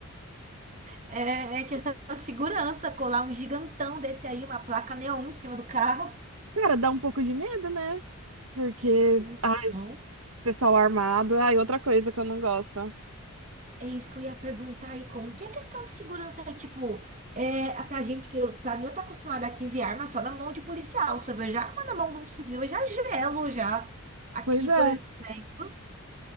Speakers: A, on the right; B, on the right.
A: É, é questão de segurança, colar um gigantão desse aí, uma placa neon em cima do carro.
B: Cara, dá um pouco de medo, né? Porque,
A: Então.
B: ai, pessoal armado, ai, outra coisa que eu não gosto.
A: É isso que eu ia perguntar aí, como que é a questão de segurança aí, tipo, é, a- pra gente que, eu, pra mim, eu tô acostumada aqui a ver arma só na mão de policial, se eu vejo arma na mão de um civil, eu já gelo, já. Aqui,
B: Pois é.
A: por exemplo,